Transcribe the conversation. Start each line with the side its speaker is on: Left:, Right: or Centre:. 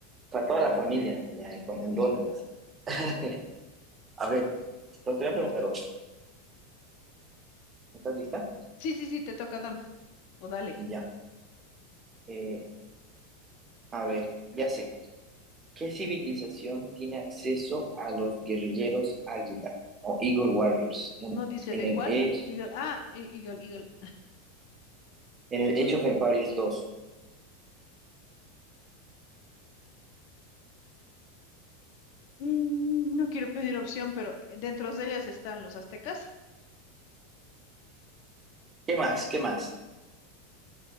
Right: Para toda la familia, ya, con,
Left: A
Right: en dólares. <laughs> A ver, pues te voy a preguntar
Left: ver tú,
Right: otra. ¿Estás lista?
Left: Sí, sí, sí, te toca, dame. O dale.
Right: Ya. Eh, a ver, ya sé. ¿Qué civilización tiene acceso a los guerrilleros Águila o Eagle Warriors en,
Left: No dice
Right: en
Left: de
Right: el
Left: cuál.
Right: Age,
Left: Eagle. Ah, e- Eagle, Eagle.
Right: en el Age of Empires 2?
Left: Mm, no quiero pedir opción, pero dentro de ellas están los aztecas.
Right: ¿Qué más? ¿Qué más?